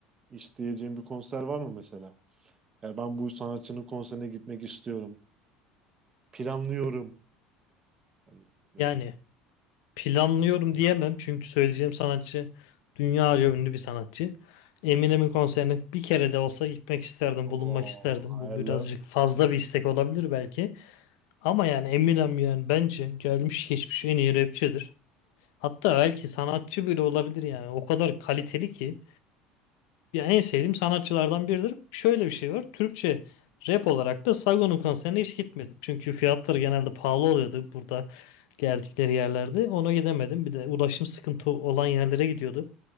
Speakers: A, on the right (about 25°); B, on the left (about 80°).
A: isteyeceğin bir konser var mı mesela? Ya ben bu sanatçının konserine gitmek istiyorum. Planlıyorum. Hani mesela,
B: yani Planlıyorum diyemem çünkü söyleyeceğim sanatçı dünyaca ünlü bir sanatçı. Eminem'in konserine bir kere de olsa gitmek isterdim,
A: o
B: bulunmak isterdim.
A: hayaller.
B: Bu birazcık fazla bir istek olabilir belki. Ama yani Eminem yani bence gelmiş geçmiş en iyi rapçidir. Hatta belki sanatçı bile olabilir yani. O kadar kaliteli ki. Ya en sevdiğim sanatçılardan biridir. Şöyle bir şey var. Türkçe rap olarak da Sagon'un konserine hiç gitmedim. Çünkü fiyatları genelde pahalı oluyordu burada geldikleri yerlerde. Ona gidemedim. Bir de ulaşım sıkıntı olan yerlere gidiyordu.